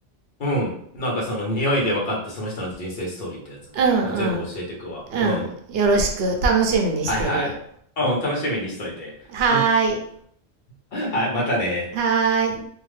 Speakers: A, on the left (about 55°); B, on the right (about 65°).
A: う。うん。なんかその匂いで分かったその人の人生ストーリーってやつね。
B: うんうん。
A: もう全部教えてくわ。
B: うん。
A: うん。
B: よろしく。楽しみにしてる。
A: はいはい。うん、楽しみにしといて。
B: はーい。
A: <laughs> はい、またね。
B: はーい。